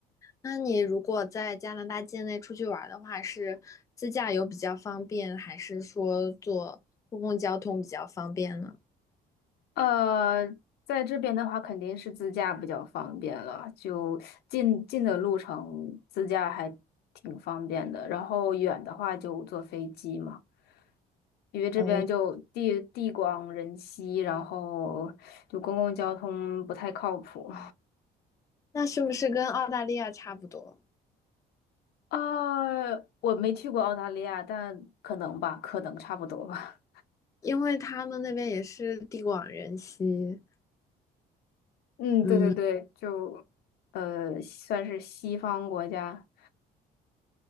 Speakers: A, on the left; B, on the left.
A: 那你如果在加拿大境内出去玩儿的话，是自驾游比较方便，还是说坐公共交通比较方便呢？
B: 呃，在这边的话，肯定是自驾比较方便了，就近近的路程自驾还挺方便的，然后远的话就坐飞机嘛，因为这边就地地广人稀，
A: 哦，
B: 然后就公共交通不太靠谱。
A: 那是不是跟澳大利亚差不多？
B: 啊，我没去过澳大利亚，但可能吧，可能差不多吧。
A: 因为他们那边也是地广人稀。
B: <laughs> 嗯，
A: 嗯
B: 对对对，就呃，算是西方国家。